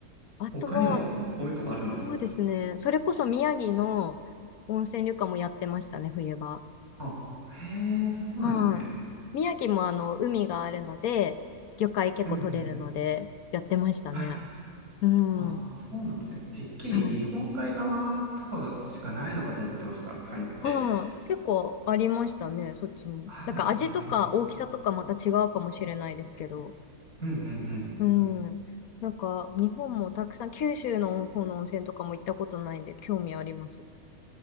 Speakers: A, on the left; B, on the right.
A: あとは、
B: 他にもそういうとこあるんですか
A: そうですね。それこそ宮城の温泉旅館もやってましたね、冬場。
B: あ、へえ、そうなんですね。
A: はい。宮城もあの、海があるので、魚介結構取れるので、
B: うんうん。
A: やってましたね。
B: はいはい。
A: う
B: あ、
A: ん。
B: そうなんですね。てっきり日本海側とかしかないのかと思ってました、
A: はい。
B: カニって。
A: はい。結構ありましたね、そっちも。
B: あるんですね。
A: なんか味とか大きさとかまた違うかもしれないですけど。
B: うんうんうん。
A: うん。なんか、日本もたくさん、九州の方の温泉とかも行ったことないんで、興味あります。